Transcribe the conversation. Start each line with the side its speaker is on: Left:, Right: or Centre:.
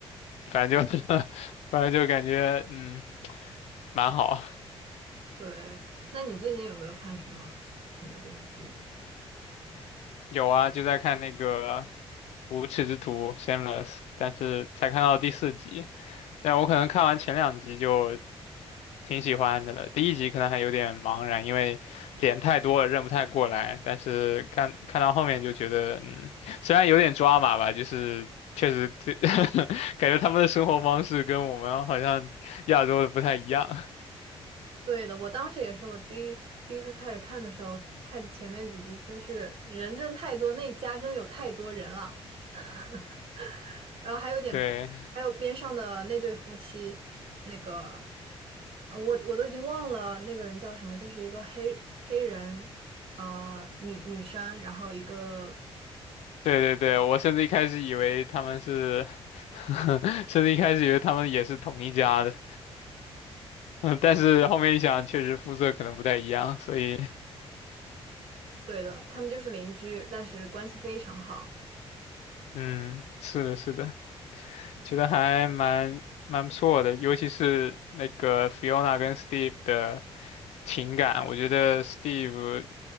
Left: 反正就 <laughs> 反正就感觉嗯蛮好。
Right: 对。那你最近有没有看什么新的电视剧？
Left: 有啊，就在看那个《无耻之徒》（Shameless），但是才看到第四集。但我可能看完前两集就挺喜欢的了，第一集可能还有点茫然，因为脸太多了认不太过来。但是看看到后面就觉得，嗯，虽然有点抓马吧，就是确实这 <laughs> 感觉他们的生活方式跟我们好像亚洲的不太一样。
Right: 对的，我当时也是，我第一第一次开始看的时候，看前面几集，就是人真的太多，那一家真的有太多人了，<laughs> 然后还有点，
Left: 对，
Right: 还有边上的那对夫妻，那个，呃我我都已经忘了那个人叫什么，就是一个黑黑人，呃，女女生，然后一个，
Left: 对对对，我甚至一开始以为他们是，<laughs> 甚至一开始以为他们也是同一家的。<laughs> 嗯，但是后面一想，确实肤色可能不太一样，所以，
Right: 对的，他们就是邻居，但是关系非常好。
Left: 嗯，是的，是的，觉得还蛮蛮不错的，尤其是那个 Fiona 跟 Steve 的情感，我觉得 Steve